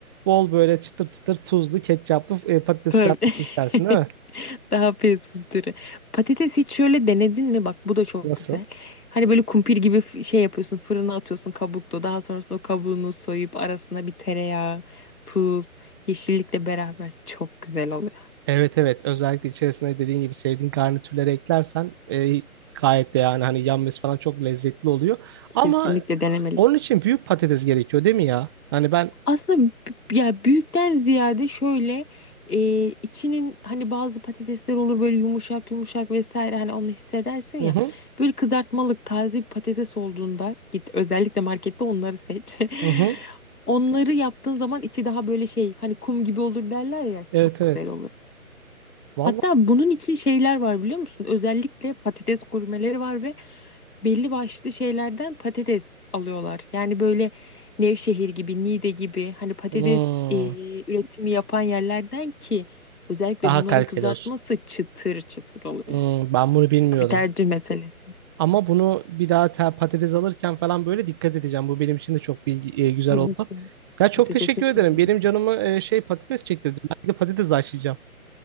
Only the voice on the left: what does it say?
Tabii.
<laughs>
Daha fast food türü. Patates hiç şöyle denedin mi? Bak bu da çok
güzel. Hani böyle kumpir gibi f- şey yapıyorsun, fırına atıyorsun kabuklu. Daha sonrasında o kabuğunu soyup arasına bir tereyağı, tuz, yeşillikle beraber çok güzel oluyor.
Kesinlikle denemelisin.
Aslında b- ya büyükten ziyade şöyle e, içinin hani bazı patatesler olur böyle yumuşak yumuşak vesaire hani onu hissedersin ya.
Böyle kızartmalık taze bir patates olduğunda git özellikle markette onları seç. <laughs>
Onları yaptığın zaman içi daha böyle şey hani kum gibi olur derler ya
çok
güzel olur.
Hatta bunun için şeyler var biliyor musun? Özellikle patates gurmeleri var ve belli başlı şeylerden patates alıyorlar. Yani böyle Nevşehir gibi, Niğde gibi hani patates
e, üretimi yapan yerlerden ki özellikle
bunların
kızartması
çıtır çıtır oluyor.
Bir tercih meselesi.
Tabii
ki.
Patatesin
türleri.